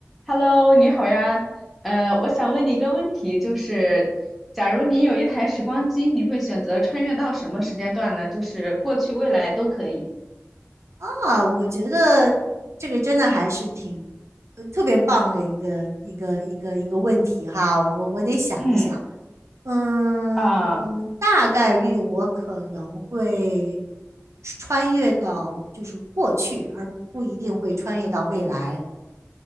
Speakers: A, in the centre; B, on the right (about 65°).
A: Hello，你好呀。呃，我想问你一个问题，就是假如你有一台时光机，你会选择穿越到什么时间段呢？就是过去、未来都可以。
B: 啊，我觉得这个真的还是挺，呃，特别棒的一个一个一个一个问题哈，我我得想一想，
A: 嗯
B: 嗯，
A: 啊，
B: 大概率我可能会穿越到就是过去，而不一定会穿越到未来。